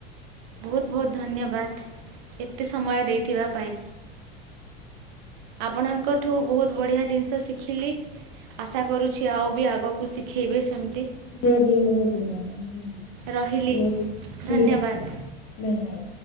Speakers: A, on the right; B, on the left.
A: ବହୁତ୍ ବହୁତ ଧନ୍ୟବଦ୍ ଏତେ ସମୟ ଦେଇ ଥିବା ପାଇଁ ଆପଣଙ୍କଠୁ ବହୁତ ବଢିଆ ଜିନିଷ ଶିଖିଲି। ଆଶା କରୁଛି ଆଉ ବି ଆଗକୁ ଶିଖେଇବ ସେମିତି।
B: ମୁଁ ବି ମୁଁ ବି ମୁଁ ବି
A: ରହିଲି
B: ମୁଁ
A: ଧନ୍ୟବାଦ
B: ଠିକ ଅଛି ଧନ୍ୟବାଦ।